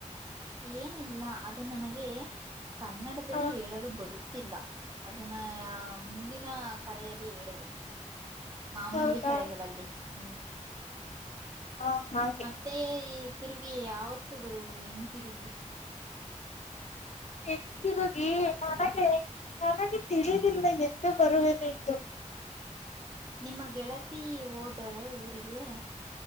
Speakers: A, on the right; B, on the left.
A: ಏನಿಲ್ಲ ಅದು ನನಗೆ ಕನ್ನಡದಲ್ಲಿ
B: ಹ
A: ಹೇಳಲು ಬರುತ್ತೆ <unintelligible> ಲ್ಲ ಅದನ್ನ ಮುಂದಿನ ಕರೆಯಲ್ಲಿ ಹೇಳುವೆ ಮಾಮೂಲಿ
B: ಹೌದಾ
A: ಕರೆಗಳಲ್ಲಿ ಹ್ಮ್
B: ಹಾ ಹಅಯ್ತು
A: ಮತ್ತೆ ಈ ತಿರುಗಿ ಯಾವತ್ತು ಬರುವುದು ಇನ್ ತಿರುಗಿ
B: ಇನ್ ತಿರುಗಿ ನನಗೆ ನನಗೆ ತಿಳಿದಿಲ್ಲ ಎಂದು ಬರುವನೆಂದು
A: ನಿಮ್ಮ ಗೆಳತಿ ಹೋದರೆ ಊರಿಗೆ?